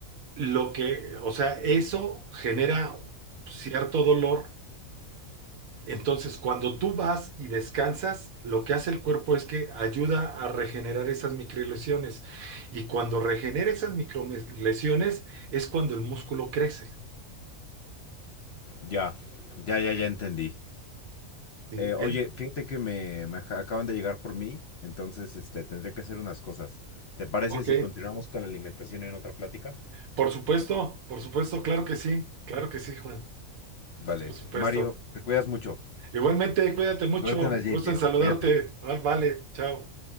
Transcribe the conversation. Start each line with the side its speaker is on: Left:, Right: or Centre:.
Right: lo que, o sea, eso genera cierto dolor Entonces, cuando tú vas y descansas, lo que hace el cuerpo es que ayuda a regenerar esas microlesiones. Y cuando regenera esas microlesiones, es cuando el músculo crece.
Left: Ya, ya, ya, ya entendí.
Right: ¿sí?
Left: Eh, oye,
Right: En-
Left: fíjate que me, me aca- acaban de llegar por mí, entonces este, tendré que hacer unas cosas. ¿Te parece
Right: ok,
Left: si continuamos con la alimentación en otra plática?
Right: por supuesto, por supuesto, claro que sí, claro que sí, Juan,
Left: Vale,
Right: por supuesto.
Left: Mario, te cuidas mucho.
Right: Igualmente, cuídate mucho,
Left: Suerte en el gym,
Right: gusto
Left: viejo,
Right: en saludarte.
Left: cuídate.
Right: Vale, vale, chao.